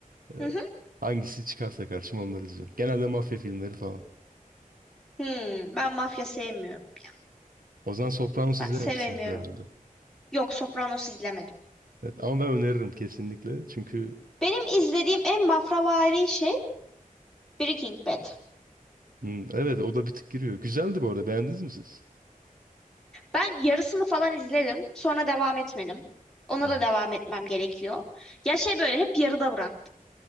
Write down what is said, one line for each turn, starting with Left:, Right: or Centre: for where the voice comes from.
Right: Ee,
Centre: Hı hı.
Right: hangisi çıkarsa karşıma onları izliyorum. Genelde mafya filmleri falan.
Centre: Hmm, ben mafya sevmiyorum ya.
Right: O zaman Sopranos
Centre: Ben
Right: izlememişsiniz
Centre: sevemiyorum.
Right: herhalde.
Centre: Yok, Sopranos izlemedim.
Right: Evet, ama ben öneririm kesinlikle. Çünkü
Centre: Benim izlediğim en mafravari şey Breaking Bad.
Right: hmm, evet o da bir tık giriyor. Güzeldi bu arada. Beğendiniz mi siz?
Centre: Ben yarısını falan izledim. Sonra devam etmedim. Ona
Right: Hı hı.
Centre: da devam etmem gerekiyor. Ya şey böyle hep yarıda bırak.